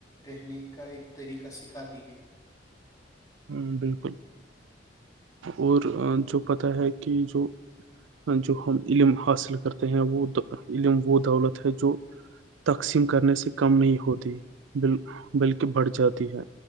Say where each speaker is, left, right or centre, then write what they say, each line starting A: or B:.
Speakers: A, on the left; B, on the right.
A: رہنے کا ایک طریقہ سکھاتی ہے
B: ہ بالکل اور جو پتا ہے کہ جو جو ہم علم حاصل کرتے ہیں وہ علم وہ دولت ہے جو تقسیم کرنے سے کم نہیں ہوتی ب بلکہ بڑھ جاتی ہے